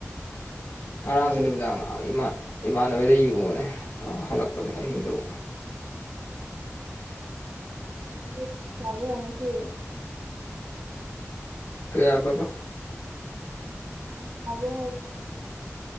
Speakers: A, on the right (about 75°); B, on the left (about 80°).
A: ꯉꯁꯤꯗꯤ
B: ꯉꯔꯥꯡꯁꯨ ꯅꯨꯃꯤꯗꯥꯡ ꯏꯃꯥꯟꯕꯤꯗ ꯌꯦꯡꯉꯨꯕꯅꯦ ꯑ ꯍꯂꯛꯄꯅꯤ ꯍꯤꯡꯗꯎ
A: ꯎ ꯐ꯭ꯔꯕ ꯍꯧꯪꯅꯁꯤ
B: ꯀꯌꯥ ꯄꯕꯥ
A: ꯎꯝ ꯐꯕꯕ